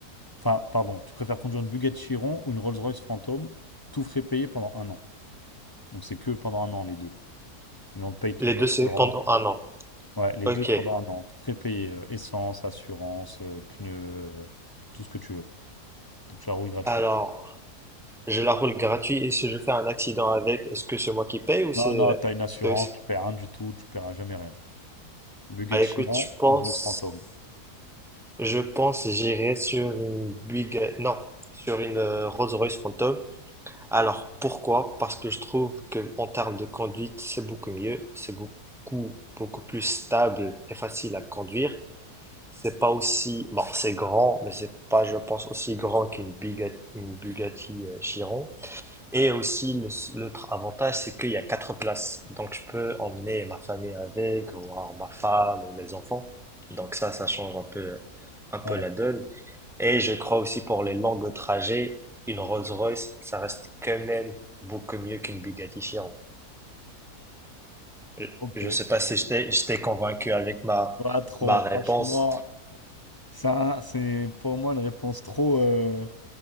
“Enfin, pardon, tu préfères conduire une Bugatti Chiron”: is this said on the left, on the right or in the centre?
Left